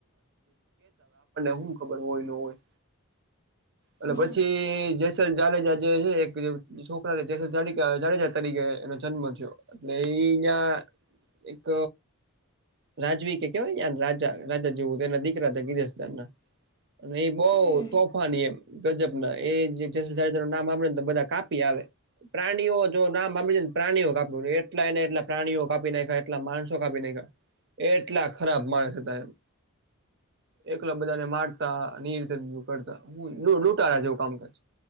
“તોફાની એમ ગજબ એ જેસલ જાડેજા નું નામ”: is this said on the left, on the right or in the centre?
Right